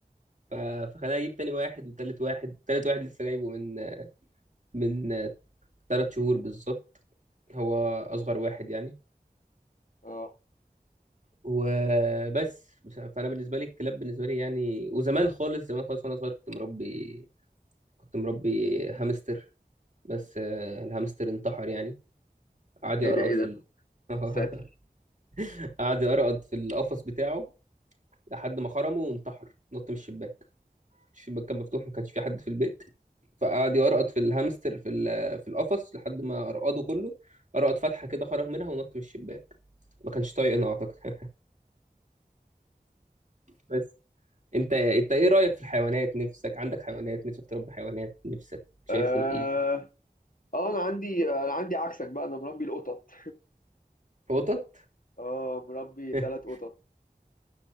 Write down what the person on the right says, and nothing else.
ف- فخلاني اجيب تاني واحد وتالت واحد تالت واحد لسه جايبه من من تلات شهور بالظبط هو اصغر واحد يعني
وبس بس- فانا بالنسبه لي الكلاب بالنسبه لي يعني وزمان خالص زمان خالص وانا صغير كنت مربي كنت مربي هامستر بس آه، الهامستر انتحر يعني قعد يقرقط
في
ال... <laughs>
قعد يقرقط في القفص بتاعه لحد ما خرمه وانتحر نط من الشباك الشباك كان مفتوح ما كانش في حد في البيت فقعد يقرقط في الهامستر في ال- في القفص لحد ما قرقده كله قرقط فتحة كده خرج منها ونط من الشباك ما كانش طايقنا
اعتقد <laughs> بس انت انت ايه رأيك في الحيوانات نفسك عندك حيوانات نفسك تربي حيوانات نفسك شايفهم
ايه
قطط
<laughs>